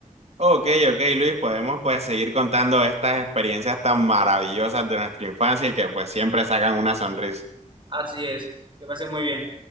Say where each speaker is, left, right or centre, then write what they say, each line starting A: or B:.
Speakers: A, on the right; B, on the right.
A: Ok, ok, Luis, podemos pues seguir contando estas experiencias tan maravillosas de nuestra infancia y que pues siempre sacan una sonrisa.
B: Así es, que pase muy bien.